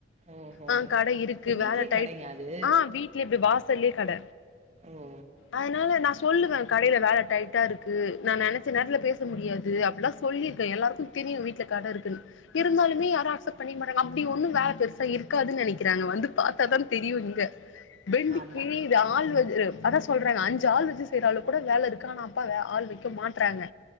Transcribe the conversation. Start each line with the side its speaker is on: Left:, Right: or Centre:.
Right: ஓஹோ
Left: ஆ கட இருக்கு
Right: இப்ப வீட்லயே
Left: வேல டைட்
Right: கடைங்க அது
Left: ஆ வீட் வீட்லு இப்பு வாசல்லயே கட
Right: ஓ
Left: அதுனால நா சொல்லுவே கடேல வேல டைட்டா இருக்கு நா நெனைச்ச நேரத்துல பேச பேச முடியாது அப்பில்லா சொல்லிருக்கே எல்லாருக்கு தெரியு வீட்ல கட இருக்குன் இருந்தாலுமே யாரு அக்சப் பண்ணிக்க மாட்டறாங்க அப்டி ஒண்ணு வேல பெருசா இருக்காதுன் நெனைக்கிறாங்க வந்து பாத்தாதான தெரியு இங்க பெண்டு
Right: ஆஹா
Left: கிழி து ஆள் அது அதா சொல்றேன்ல அஞ்சு ஆள் வச்சு செய்யற அளவுக் கூட வேல இருக்கு ஆனா அப்பா ஆ ஆள் வக்க மாட்றாங்க